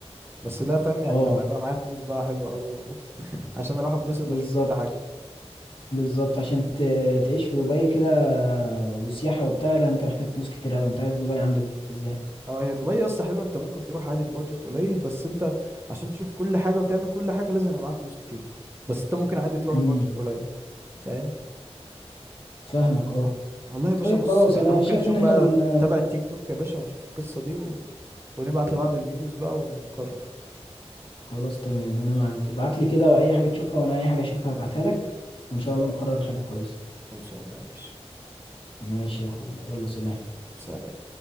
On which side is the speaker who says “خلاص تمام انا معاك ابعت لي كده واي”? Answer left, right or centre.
Left